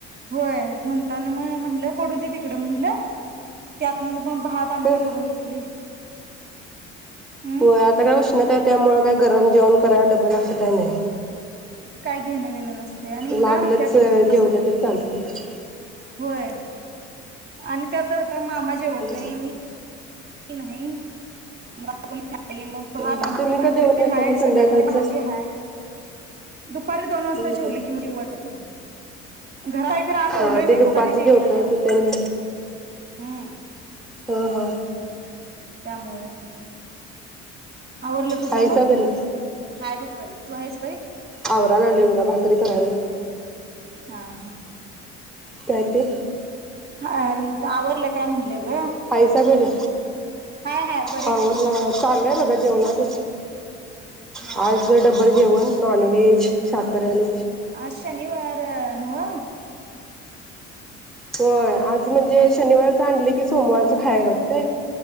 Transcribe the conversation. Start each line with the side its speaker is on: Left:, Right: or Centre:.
Right: होय म्हणताना मग म्हटल पडू दे तिकड म्हणल त्यातन पण भात आमटी
Centre: हं
Right: करून घेतली. हम्
Centre: हो आता काय उष्णता आहे त्यामुळे गरम जेवण करायला डबल <unintelligible> हे.
Right: काय घेण देण नसतया आणि
Centre: लागलंच
Right: अस
Centre: जेवलं
Right: पण
Centre: तरी चालतंय
Right: होय. आणि त्यात म मामा जेवत नाही
Centre: हम्म
Right: मी नाही मागून. नाही मग भात
Centre: तुम्ही
Right: आमटी
Centre: का
Right: भाकरी
Centre: जेवत नाहीसा
Right: हाय
Centre: मग संध्याकाळचं?
Right: सकाळची भाजी हाय. दुपारी दोन वाजता
Centre: हम्म
Right: जेवला
Centre: हम्म.
Right: कि मग जेवू वाटत नाही. आता घरा
Centre: हा
Right: जेवलोना
Centre: ते दुपारचं
Right: दुपारी तेनी
Centre: जेवतात
Right: आल्यावर.
Centre: त्यांनी
Right: हम्म
Centre: हा हा.
Right: त्यामुळे. आवरलं तुझं
Centre: हायसा
Right: ना?
Centre: बरी?
Right: हाय बघ बरे. तू आहेस व्हय?
Centre: आवराया लागलो बघा भाकरी करायलो.
Right: हा हा
Centre: काय ते?
Right: हा. आवरलं काय म्हणलं. ग?
Centre: हाय सा बरे
Right: हाय हाय बरी
Centre: आवरलय.
Right: हाय.
Centre: चाललय बघा जेवला तू
Right: हा
Centre: <inaudible> आज
Right: हा
Centre: डबल जेवण? नाॉनवेज साखरेले.
Right: आज शनिवार हो.
Centre: होय आज म्हणजे शनिवारच आणली की सोमवारच खाय लागतंय.